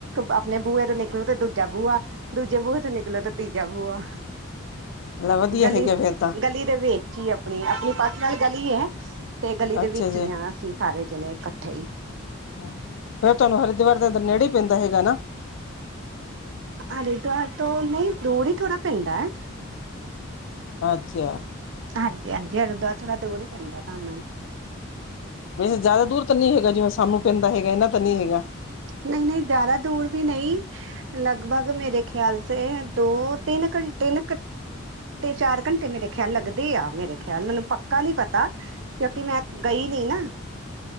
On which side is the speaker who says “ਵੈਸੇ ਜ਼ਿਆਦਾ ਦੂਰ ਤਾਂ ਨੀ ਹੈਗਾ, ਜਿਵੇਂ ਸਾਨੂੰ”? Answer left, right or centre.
Left